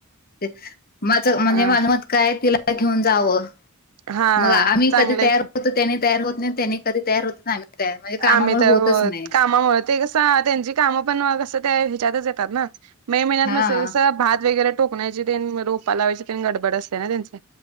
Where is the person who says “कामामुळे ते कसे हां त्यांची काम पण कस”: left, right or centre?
Right